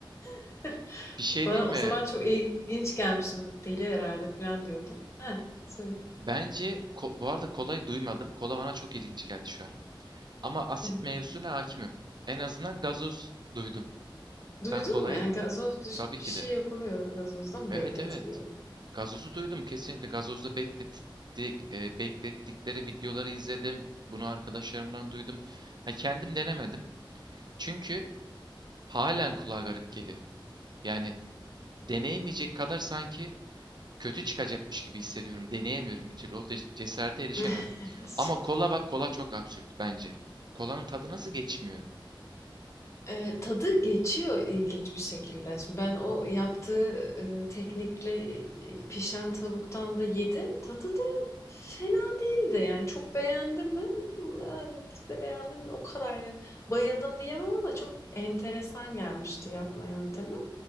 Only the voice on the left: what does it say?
<laughs>
Bana
o
zaman çok ilginç gelmişti. "Bu deli herhalde falan diyordum. Heh, söyle.
Hı hı.
Duydun
mu? Yani gazoz biş
bir
şey
yapılıyor, gazozda mı
bekletiliyor?
<laughs> Son-
Eee, tadı geçiyor ilginç bir şekilde. Şimdi ben o yaptığı, eee, teknikle, iii, pişen tavuktan da yedim. Tadı da fena değildi. Yani çok beğendim mi? Eee, Beğendim, o kadar hani bayıldım diyemem ama çok enteresan gelmişti yapma yöntemi.